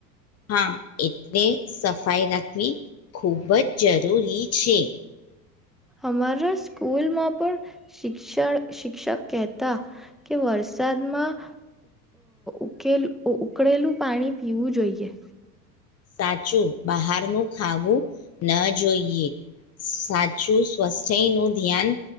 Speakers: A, on the left; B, in the centre.
A: હા એટલે સફાઈ રાખવી ખૂબ જ જરૂરી છે.
B: અમારા સ્કૂલમાં પણ શિક્ષણ શિક્ષક કેહેતા કે વરસાદમાં ઉકેલ ઉકળેલું પાણી પીવું જોઈએ.
A: સાચું બહારનું ખાવું ન જોઈએ સાચું સ્વસ્થ્ય નું ધ્યાન